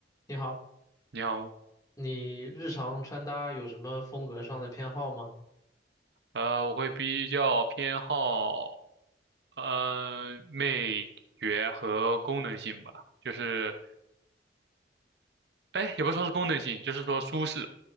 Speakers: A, on the left (about 20°); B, on the right (about 65°).
A: 你好，
B: 你好，
A: 你日常穿搭有什么风格上的偏好吗？
B: 呃，我会比较偏好，呃，美学和功能性吧，就是，哎，也不说是功能性，就是说舒适，